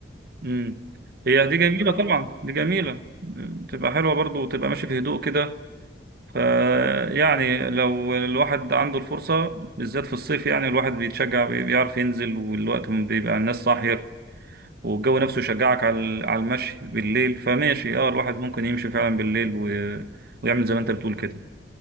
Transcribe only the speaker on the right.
مم. هي دي
جميلة
طبعا
دي جميلة تبقى حلوة برضو وتبقى ماشي في هدوء كده ف يعني لو الواحد عنده الفرصة بالذات في الصيف يعني الواحد بيتشجع بي- بيعرف ينزل والوقت بيبقى الناس صاحية والجو نفسه يشجعك على ال- على المشي بالليل فماشي اه الواحد ممكن يمشي فعلا بالليل و... ويعمل زي ما انت بتقول كده